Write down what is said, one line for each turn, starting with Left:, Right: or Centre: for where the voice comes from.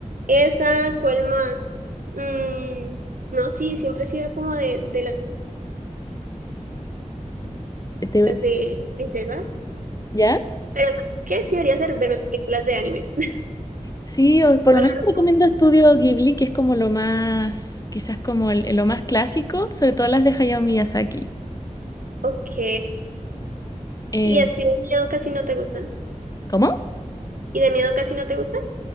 Right: Esa, ¿cuál más? Mm, no, sí, siempre he sido como de, de
Left: Te-
Right: las de princesas.
Left: ¿Ya?
Right: Pero ¿sabes qué? Sí debería ser verme películas de anime. <laughs>
Left: Sí, o por
Right: ¿Cuál
Left: lo menos
Right: me
Left: te
Right: recomiendas?
Left: recomiendo Estudio Ghibli, que es como lo más, quizás como el- lo más clásico, sobre todo las de Hayao Miyazaki.
Right: Ok.
Left: Eh,
Right: Y así de miedo casi no te gustan.
Left: ¿cómo?
Right: ¿Y de miedo casi no te gustan?